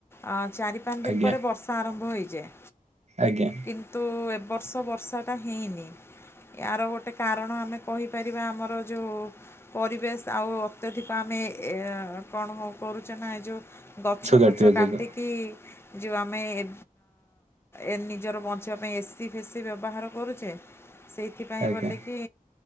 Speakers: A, on the left; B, on the right.
A: ଆ ଚାରି ପାନ ଦିନି
B: ଆଜ୍ଞା
A: ପରେ ବର୍ଷା ଆରମ୍ଭ ହୋଇଯାଏ
B: ଆଜ୍ଞା
A: କିନ୍ତ ତୁ ଏ ବର୍ଷ ବର୍ଷାଟା ହେଇନି। ଇଆର ଗୋଟେ କାରଣ ଆମେ କହିପାରିବା ଆମର ଯୋଉ। ପରିବେଶ ଆଉ ଅତ୍ୟଧିକ ଆମେ ଏ କଣ ହଉ କରୁଛ ନା ଏ ଯେଉଁ ଗଛ
B: କାଟିବା
A: ଫଛ
B: ଯୋଗୁଁ
A: କାଟିକି। ଯଉ ଆମେ ଏ ଅ ନିଜର ବଞ୍ଚିବା ପାଇଁ ଏସିି ଫେସି ବ୍ୟବହାର କରୁଛେ ସେଇଥିପାଇଁ
B: ଆଜ୍ଞା
A: ବୋଲିକି